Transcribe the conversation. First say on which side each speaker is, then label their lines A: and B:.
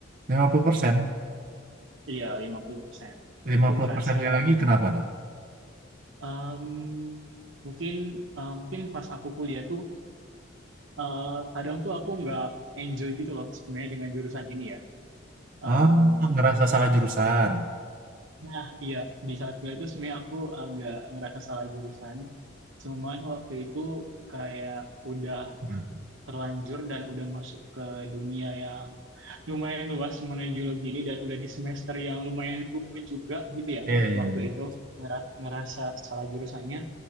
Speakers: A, on the right; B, on the right.
A: lima puluh persen,
B: Iya, 50%.
A: lima
B: Aku
A: puluh
B: ngerasa
A: persennya
B: 50.
A: lagi kenapa tuh?
B: Em, mungkin eh, mungkin pas aku kuliah tuh eh, kadang tuh aku nggak enjoy gitu loh sebenarnya dengan jurusan ini ya. Eh,
A: Ah, ngerasa salah jurusan.
B: nah, iya di saat kuliah itu sebenarnya aku agak ngerasa salah jurusan. Cuman waktu itu kayak udah
A: Hmm.
B: terlanjur dan udah masuk ke dunia yang lumayan luas mengenai geologi ini dan udah di semester yang lumayan tua juga gitu ya
A: Iya, iya,
B: waktu
A: iya.
B: itu Ngera- ngerasa salah jurusannya